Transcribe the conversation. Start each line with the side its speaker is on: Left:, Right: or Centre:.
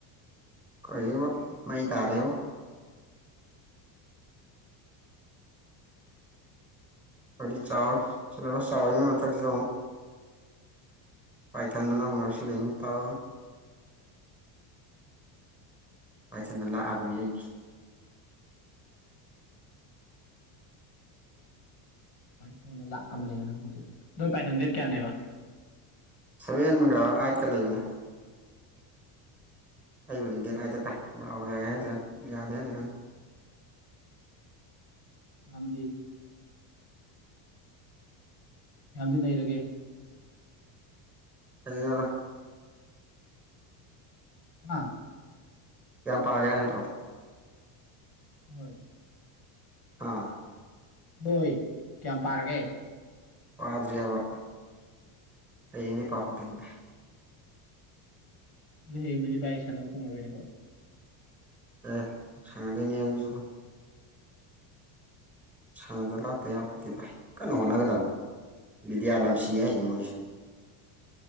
Centre: ꯀꯩꯕ ꯃꯩ ꯇꯥꯔꯦꯉꯣ꯫ ꯍꯥꯏꯗꯤ ꯆꯥꯔꯁ ꯁꯦꯂꯦꯕꯁ ꯆꯥꯎꯋꯦ ꯃꯊꯛꯁꯤꯗ ꯑꯃꯨꯛ꯫ ꯄꯥꯏꯊꯥꯟꯅꯅ ꯑꯃꯨꯛ ꯌꯥꯎꯁꯤꯂꯛꯏꯅꯦ ꯇꯧ꯫ ꯄꯥꯏꯊꯟꯅ ꯂꯥꯛꯑꯕꯅꯤ ꯑꯩꯒꯤ꯫
Left: ꯄꯥꯏꯊꯟꯅ ꯂꯥꯛꯑꯕꯅꯦꯕ ꯍꯧꯖꯤꯛ ꯅꯣꯏ ꯄꯥꯏꯊꯟꯗꯦꯠ ꯀꯌꯥꯅꯦꯕ꯫
Centre: ꯁꯚꯦꯟꯒ ꯑꯥꯏꯠꯀ ꯂꯩꯕꯅꯤ꯫ ꯑꯩꯕꯨꯗꯤ ꯗꯦꯠ ꯑꯥꯏꯠꯇ ꯇꯥꯢ ꯗꯥꯎ ꯌꯥꯏ ꯍꯥꯏꯗꯣꯏꯔ ꯌꯥꯗꯦ ꯍꯥꯏꯗꯣꯏꯔ꯫
Left: ꯑꯝꯕꯤ꯫ ꯌꯥꯝꯗꯤ ꯅꯩꯔꯒꯦ꯫
Centre: <unintelligible>
Left: ꯍꯥ꯫
Centre: ꯀꯥꯌꯝ ꯄꯥꯒꯦ ꯍꯥꯏ ꯅꯠꯇ꯭ꯔꯣ꯫
Left: ꯍꯣꯏ꯫
Centre: ꯑꯥ꯫
Left: ꯍꯣꯏ ꯀꯌꯥꯝ ꯄꯥꯔꯒꯦ꯫
Centre: ꯄꯥꯗ꯭ꯔꯤ ꯍꯥꯏꯕ ꯍꯌꯦꯡꯗꯤ ꯄꯥꯍꯧꯗꯣꯏꯅꯤꯕ꯫
Left: ꯑꯗꯣ ꯍꯌꯦꯡꯗꯩꯗꯤ ꯚꯥꯏ ꯁꯥꯟꯅꯕ ꯐꯪꯉꯔꯣꯏꯅꯦꯀꯣ꯫
Centre: ꯑ ꯁꯅꯗꯣꯏꯅꯤꯍꯦ ꯅꯪꯁꯨ꯫ ꯁꯥꯟꯅꯗ ꯂꯥꯛꯇ ꯌꯥꯄꯣꯠꯇꯦ ꯚꯥꯏ ꯀꯟꯅ ꯍꯣꯠꯅꯒꯗꯕꯅꯤ꯫ ꯕꯤꯗꯤꯌꯥ ꯂꯝꯁꯤ ꯍꯥꯏꯁꯦ ꯃꯣꯏꯁꯦ꯫